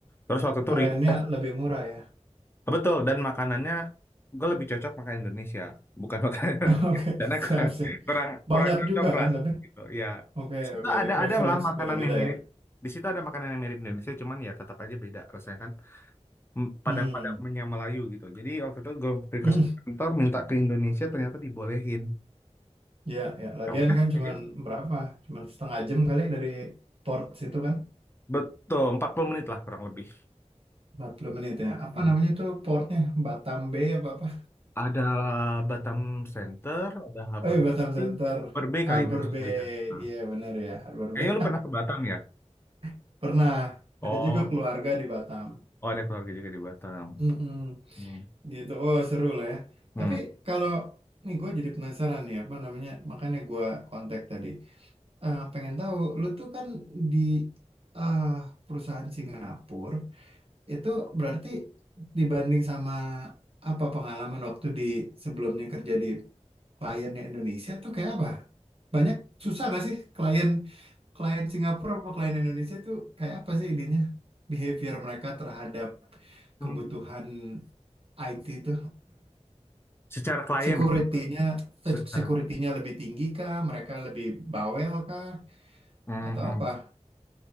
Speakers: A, on the left (about 20°); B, on the right (about 55°).
A: Terus waktu itu
B: Rentnya
A: request
B: lebih murah ya.
A: betul dan makanannya gue lebih cocok makan Indonesia bukan makan
B: <laughs>
A: <laughs>
B: Oke,
A: karena
B: siap,
A: kurang
B: siap.
A: kurang kurang
B: Banyak
A: cocok
B: juga
A: lah
B: kan tapi.
A: gitu ya.
B: Oke,
A: Di situ
B: oke.
A: ada
B: Ya, preference
A: ada lah makanan
B: beda-beda
A: yang mirip
B: ya.
A: di situ ada makanan yang mirip Indonesia cuman ya tetap aja beda rasanya kan M- padang-padangnya
B: Hmm.
A: Melayu gitu. Jadi waktu itu gue request
B: Mm.
A: ke kantor minta ke Indonesia ternyata dibolehin.
B: Ya, ya. Lagian
A: Ya udah,
B: kan
A: jadi
B: cuman berapa? Cuman setengah jam kali dari port situ kan.
A: Betul, 40 menit lah kurang lebih.
B: 40 menit ya. Apa
A: Hmm.
B: namanya tuh portnya? Batam Bay apa-apa?
A: Ada Batam Center, ada Harbour
B: Oh iya, Batam
A: Bay.
B: Center.
A: Harbour Bay kali
B: Harbor
A: ini maksud
B: Bay.
A: lu ya. Nah,
B: Iya, bener ya. Harbor
A: Kayaknya
B: Bay.
A: lu pernah ke Batam ya?
B: <laughs> Pernah.
A: Oh,
B: Ada juga keluarga di Batam.
A: oh ada keluarga juga di Batam.
B: Mm-mm.
A: Hmm.
B: Gitu, oh seru lah ya.
A: Hmm.
B: Tapi kalau nih gue jadi penasaran nih apa namanya, makanya gue kontak tadi. Eh, pengen tahu, lu tuh kan di ah, perusahaan Singapura itu berarti dibanding sama apa pengalaman waktu di sebelumnya kerja di kliennya Indonesia tuh kayak apa? Banyak susah gak sih klien klien Singapura sama klien Indonesia tuh kayak apa sih ininya? Behavior mereka terhadap
A: Hmm.
B: kebutuhan IT itu?
A: Secara klien,
B: Security-nya
A: ya? secara.
B: se- security-nya lebih tinggi kah? Mereka lebih bawel kah?
A: Mhm.
B: Atau apa?